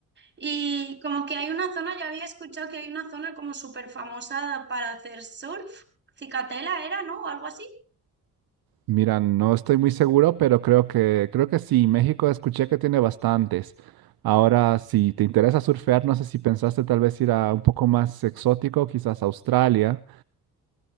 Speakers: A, on the right (about 25°); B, on the right (about 60°).
A: Y como que hay una zona, ya había escuchado que hay una zona como súper famosa para hacer surf. Cicatela era, ¿no? O algo así.
B: Mira, no estoy muy seguro, pero creo que, creo que sí. México escuché que tiene bastantes. Ahora, si te interesa surfear, no sé si pensaste tal vez ir a un poco más exótico, quizás Australia.